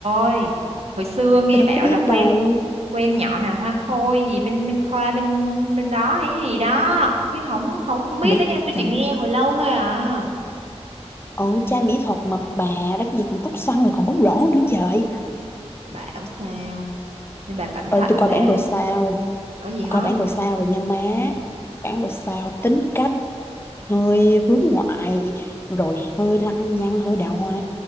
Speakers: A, on the right (about 65°); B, on the left (about 20°).
A: ơi. Hồi xưa nghe
B: tôi đâu
A: bảo
B: có biết
A: là quen
B: đâu
A: quen nhỏ nào hoa khôi gì bên bên khoa bên bên đó hay gì đó chứ không không không biết
B: mỹ
A: nữa nha tôi
B: trời
A: chỉ nghe hồi lâu thôi à
B: ồ trai mỹ thuật mà bà đất gì còn tóc xoăn rồi còn bóng rổ nữa trời
A: bảo sao nên bà cẩn
B: ơi
A: thận
B: tôi
A: nha
B: coi
A: bé
B: bản đồ sao
A: có gì
B: coi
A: hết
B: bản đồ sao rồi nha má bản đồ sao tính cách hơi hướng ngoại rồi hơi lăng nhăng hơi đào hoa